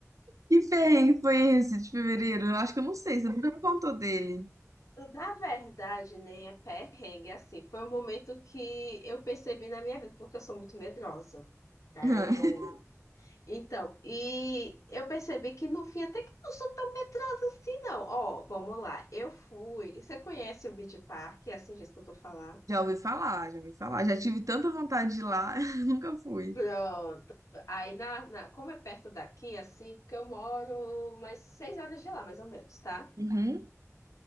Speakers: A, on the right; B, on the left.
A: que perrengue foi esse de fevereiro? Eu Acho que eu não sei, você nunca me contou dele.
B: Na verdade, nem é perrengue, assim, foi um momento que eu percebi na minha vida, porque eu sou muito medrosa, tá?
A: <laughs>
B: Eu... Então, e eu percebi que no fim até que eu não sou tão medrosa assim, não. Ó, vamos lá, eu fui, você conhece o Beach Park, é assim, já escutou falar?
A: Já ouvi falar, já ouvi falar. Já tive tanta vontade de ir lá, <laughs> nunca fui.
B: Pronto. Aí, na, na- como é perto daqui, assim, porque eu moro umas seis horas de lá, mais ou menos, tá?
A: Uhum.